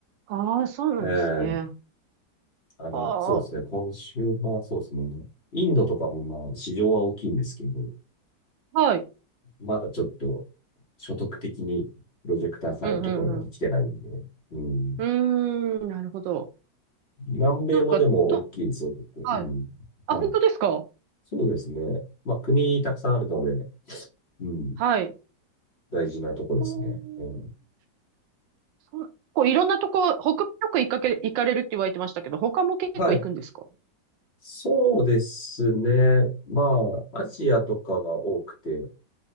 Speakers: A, on the right (about 80°); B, on the left (about 40°).
A: ああ、そうなんですね。
B: ええあの、
A: ああ、
B: そうですね、今週はそうですね、インドとかもまあ、市場は大きいんですけど、
A: はい。
B: まだちょっと、所得的にプロジェクター変えるところまで来てないんで、
A: うん、うん、う
B: うん。
A: ん。うーん、なるほど。
B: 南米もでも大きいですよ、
A: なんか、と、
B: 結構うん。
A: はい。あ、
B: はい。
A: 本当ですか
B: そうですね。まあ、国たくさんあるので、うん。
A: はい。
B: 大事なとこですね。
A: おー
B: うん。
A: そうこういろんなとこ、北米よく行かけ、行かれるって言われてましたけど、他も結構行くんですか
B: はい。そうですね。まあ、アジアとかが多くて、